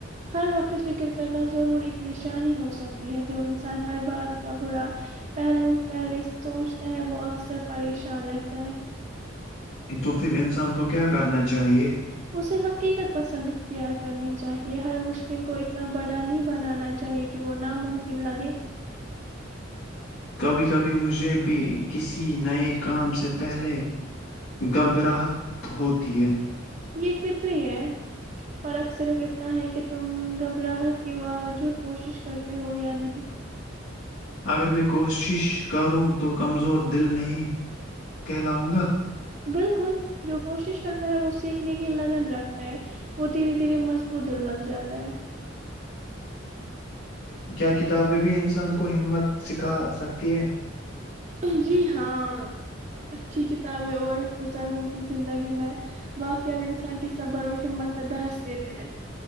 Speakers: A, on the right; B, on the left.
A: ہر وقت فکر کرنا ضرور ایک نشانی ہو سکتی ہے جو انسان ہر بات کا برا پہلو پہلس سوچتا ہے وہ اکثر پریشان رہتا ہے
B: تو پھر انسان کو کیا کرنا چاہیے
A: <unintelligible>
B: کبھی کبھی مجھے بھی کسی نئے کام سے پہلے گبراہت ہوتی ہے
A: یہ فطر ہے فرق صرف اتنا ہے کہ تم گھبراہٹ کے باوجود کوشش کرتے ہو یا نہیں
B: اگر میں کوشش کروں تو کمزور دل نہیں کہلاؤں گا
A: بالکل جو کوشش کرتا ہے وہ سیکھنے کی لگن رکھتا ہے وہ دھیرے دھیرے مضبوط دل بن جاتا ہے
B: کیا کتابیں بھی ان سے کو ہمت سکھا سکتی ہے
A: جی ہاں اچھی کتابیں اور بزرگوں کی زندگی میں واقعات انسان کے صبر اور ہمت کا درس دیتے ہیں